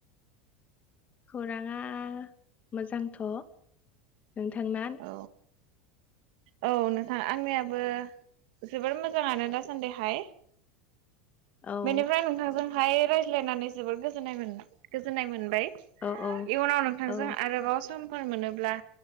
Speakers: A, on the left; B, on the right.
A: खौराङा मोजांथ'। नोंथांना?
B: औ औ नोंथां आंनियाबो जोबोर मोजाङानो दासान्दिहाय।
A: औ
B: बेनिफ्राय नोंथांजोंहाय रायज्लायनानै जोबोर गोजोननाय मोन गोजोननाय मोनबाय। इयुनाव
A: औ औ
B: नोंथांजों
A: औ
B: आरोबाव सम समफोर मोनोब्ला